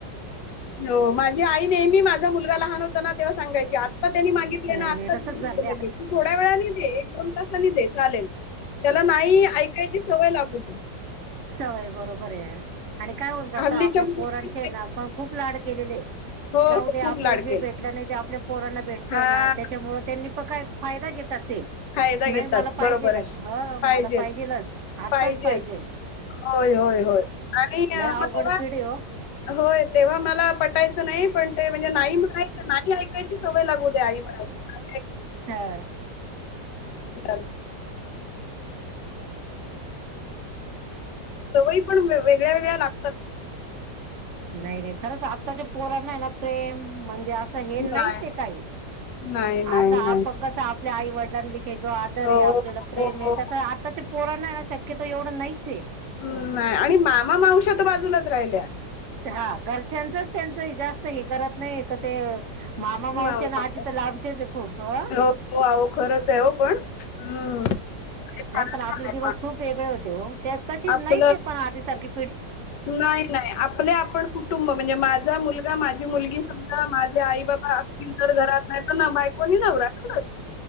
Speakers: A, on the left (about 75°); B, on the right (about 65°).
A: हो माझी आई नेहमी माझा मुलगा लहान च त्याना तेव्हा सांगायची आत्ता त्यांनी मागितले
B: नाही
A: ना
B: नाही
A: आता
B: तसच
A: देउ
B: झाले
A: नको
B: आता
A: लगेच तू थोड्या वेळाने दे एक दोन तासनी दे चालेल त्याला नाही ऐ कायची सवय लागू दे.
B: सवय बरोबर आये आणि काय होऊन जातं
A: हल्लीच्या
B: आपल्या
A: मुली
B: पोरांचे ना आपण खूप लाड केलेले
A: हो
B: जाऊ
A: हो
B: दे
A: खूप
B: आपल्याला
A: लाड
B: जे
A: केले.
B: भेटलं नाही ते आपल्या पोरांना भेटतय
A: हा
B: ना त्याच्यामु त्यांनी प काय फायदा घेत ते
A: फायदा
B: नाही
A: घेतात
B: मला
A: बरोबर
B: पाहिजेलच
A: आहे
B: ह
A: पाहिजेत
B: मला पाहिजेलच आताच
A: पाहिजेत
B: पाहिजे ल
A: होय होय होय आणि
B: अवघड
A: मग तेव्हा
B: पिढी हो
A: होय तेव्हा मला पटायच पण म्हणजे नाही म्हनायेच नाही आई त्यची सवय लागू दे्या आई म्हणायेची का
B: हा.
A: <inaudible> सवयी पण वेगळ्या वेगळ्या लागतात.
B: नाही रे खरंच आत्ताच्या पोरना आहे ना प्रेम म्हणजे. असं हे नाहीच
A: नाही
B: आहे काही.
A: नाही नाही
B: आस आपह
A: नाही
B: कस आप. आई वडिलांनी. चे आदर
A: हो
B: आहे आपल्याला प्रेम
A: हो
B: आहे
A: हो
B: त आ. पोरांना येना शक्यतो एवढं नाहीचये.
A: हम् नाये आणि मामा मावशात बाजूलाच राहिल्या.
B: हा घरच्यांचंच त्यांचं ये जास्त हे करत नाही तर ते. मामा मावशी
A: मामा
B: आन आजी चा लाभ. खूप ह
A: हो हो अहो खरंच आहे हो पण हम्म ते
B: नाही
A: फारच
B: पण आपले
A: छान आहे.
B: दिवस
A: पण
B: खूप वेगळे होते. हो तशी
A: आपलं
B: नाहीच आहे पण आधी सारखी.
A: नाही नाही आपले आपण कुटुंब म्हणजे माझा मु. माझी मुलगी. सा माझे आई बाबा असतील. घरात नाही. ना बायकोणी नवरा एच.